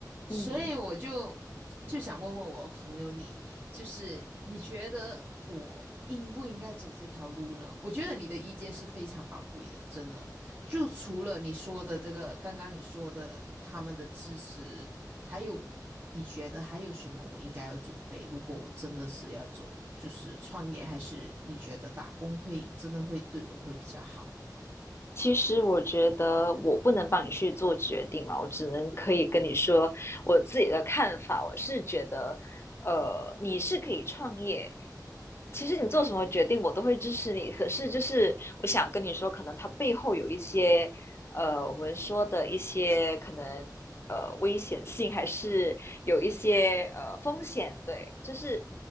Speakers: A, on the right; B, on the left.
A: 所以我就
B: 嗯
A: 就想问问我朋友你，就是你觉得我应不应该走这条路呢？我觉得你的意见是非常宝贵的，真的。就除了你说的这个，刚刚你说的他们的支持，还有，你觉得还有什么我应该要准备？如果我真的是要走，就是创业，还是你觉得打工会真的会对我会比较好？
B: 其实我觉得我不能帮你去做决定嘛，我只能可以跟你说我自己的看法。我是觉得，呃，你是可以创业，其实你做什么决定我都会支持你。可是就是我想跟你说，可能它背后有一些，呃，我们说的一些可能呃危险性，还是有一些呃风险。对，就是。